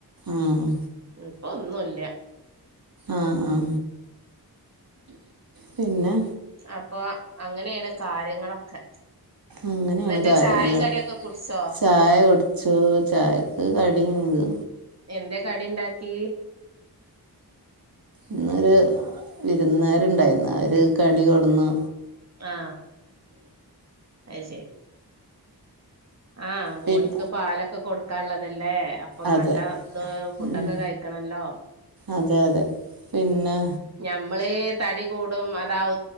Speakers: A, on the right; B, on the right.
A: ആഹ്
B: ഇപ്പൊ ഒന്നുമല്ല
A: ആഹ ആഹ പിന്നെ
B: അപ്പൊ അങ്ങനെയാണ് കാര്യങ്ങളൊക്കെ
A: അങ്ങനെയാണ്
B: എന്നിട്ട്
A: കാര്യങ്ങൾ
B: ചായയും കടിയൊക്കെ കുടിച്ചോ
A: ചായ കുടി ച്ചു ചായക്ക് കടിയെന്ത്
B: എന്താ കടി ഇണ്ടാക്കി
A: ഇന്നൊരു വിരുന്നാരുണ്ടായിരുന്ന് അവര് കടി കൊടന്ന്
B: ആ അയ്ശരി ആ മോന്ക്ക്
A: പിന്നെ
B: പാലൊക്കെ കൊടുക്കാൻ ഉള്ളതല്ലേ അപ്പൊ
A: അതെ
B: നല്ല ഇത് ഫുഡൊക്കെ
A: ഉം
B: കഴിക്കണല്ലോ
A: അതെ അതെ പിന്നെ
B: ഞമ്മള് തടി കൂടും അതാവു